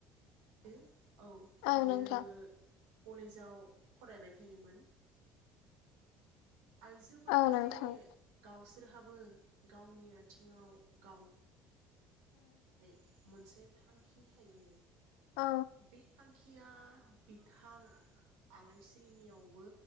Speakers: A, on the right; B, on the left.
A: बि औ
B: औ
A: बियो
B: नोंथां
A: कलेजाव फरायबाय थायोमोन। आइजोफोरा
B: औ नोंथां
A: जे गावस फोरहाबो गावनि आथिङाव गाव नै मोनसे थांखि थायो।
B: ओ औ
A: बे थांखि खिया बिथां आलायस्रिनियावबो